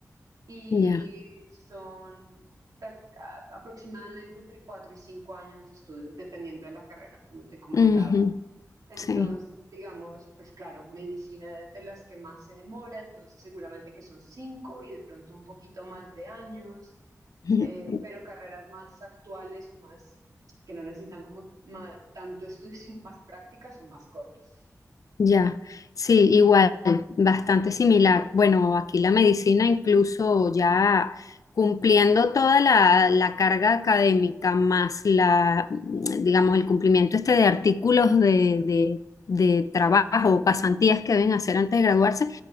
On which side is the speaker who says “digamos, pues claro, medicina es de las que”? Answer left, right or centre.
Right